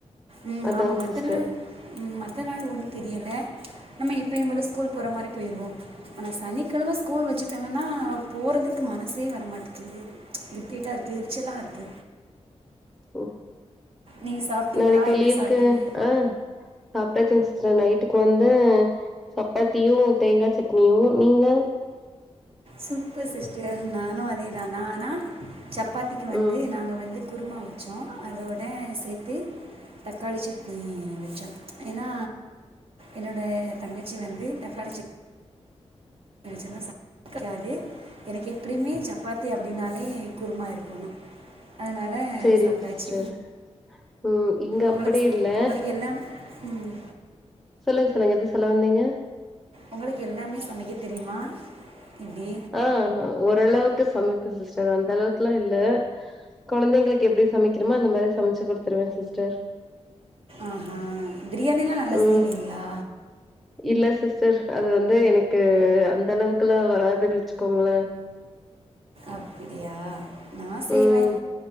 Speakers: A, on the right (about 55°); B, in the centre.
A: ம்
B: அதாங்க
A: ஆமா மத்த
B: சிஸ்டர்
A: நாள் ம் மத்த நாள் ஒன்னு தெரியல நம்ம எப்பயு போல ஸ்கூல் போற மாரி போயிருவோ ஆனா சனிக்கெழம ஸ்கூல் வச்சுட்டாங்கன்னா போறதுக்கு மனசே வரமாட்டேங்குது டார்க்கு எரிச்சலா இருக்கு
B: ஒ
A: நீங்கள் சாப்பிட்டீங்களா
B: நாளக்கி
A: என்ன
B: லீவுக்கு
A: சாப்பிட்டீங்க
B: ஆ சாப்ட்டாச்சிங் சிஸ்டர் நைட்டுக் வந்து சப்பாத்தியு தேங்கா சட்னியு நீங்க
A: சூப்பர் சிஸ்டர் நானு அதே தா நா ஆனா சப்பாத்திக்கு வந்து
B: ம்
A: நாங்க வந்து குருமா வச்சோ அதோட சேத்து தக்காளி சட்னி வச்சோ ஏனா என்னோட தங்கச்சி வந்து தக்காளி சட் னி வச்சாதா <inaudible> கெடையாது எனக்கு எப்டியுமே சப்பாத்தி அப்டின்னாலே குருமா இருக்கோணு அதனால
B: சேரிங்
A: சாப்ட்டாச்சி
B: சிஸ்டர் ம் இங்க
A: உங்களுக்கு
B: அப்படி
A: ஸ்
B: இல்ல
A: உங்களுக்கு எல்லாம் ம்
B: சொல்லுங்க சொல்லுங்க எதோ சொல்ல வந்தீங்க
A: உங்களுக்கு எல்லாமே சமைக்க தெரியுமா எப்டி
B: ஆ ஓரளவுக்கு சமைப்பே சிஸ்டர் அந்தளவுக்குலா இல்ல கொழந்தைங்களுக்கு எப்டி சமைக்கிறோமோ அந்த மாரி சமச்சி குடுத்துருவே சிஸ்டர்
A: ஆஹ பிரியாணிலா நல்லா
B: ம்
A: செய்வீங்களா
B: இல்ல சிஸ்டர் அது வந்து எனக்கு அந்த அளவுக்குலா வராதுனு வச்சுகோங்கள
A: அப்பிடியா நா செய்வே
B: ம்